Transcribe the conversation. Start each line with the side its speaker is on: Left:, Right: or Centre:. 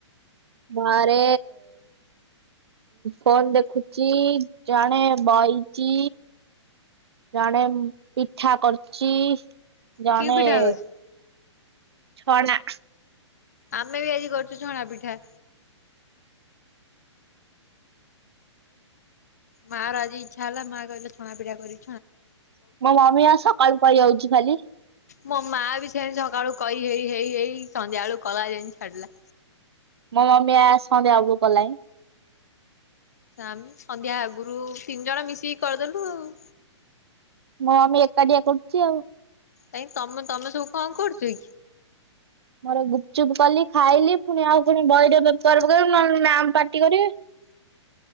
Right: ଘରେ ଫୋନ ଦେଖୁଚି ଜଣେ ବଇଚି ଜଣେ ପିଠା କରୁଚି। ଜଣେ
Left: କି ପିଠା
Right: ଏ
Left: ହଉଛି?
Right: ଛଣା।
Left: ଆମେ ବି ଆଜି କରିଚୁ ଛଣା ପିଠା। ମା ର ଆଜି ଇଚ୍ଛା ହେଲା ମାଆ କହିଲେ ଛଣା ପିଠା କରି
Right: ମୋ ମମି ଆଜ ସକାଳୁ କଳି ହଉଚି ଖାଲି।
Left: ମୋ ମାଆ ବି ସେମିତି ସକାଳୁ କହି ହେଇ ହେଇ ହେଇ ସନ୍ଧ୍ୟା ବେଳୁ କଲା ଯାଇଁ ଛାଡିଲା।
Right: ମ ମମୀ ଆ ସନ୍ଧ୍ୟା ବେଳୁ କଲାଣି।
Left: ସ୍ୟାମି ସନ୍ଧ୍ୟା ଆଗରୁ ତିନି ଜଣ ମିଶିକି କରିଦେଲୁ ଆଉ।
Right: ମୋ ମମୀ ଏକାଟିଆ କରୁଚି ଆଉ।
Left: କାଇଁ ତମ ତମେ ସବୁ କଣ କରୁଚ କି?
Right: ମୋର ଗୁପଚୁପ୍ କଲି ଖାଇଲି ପୁଣି ଆଉ ପୁଣି ବୈଡ ସାର୍ଫ ପକେଇବୁ ନହେଲେ ମ୍ୟାମ ପାର୍ଟି କରିବେ।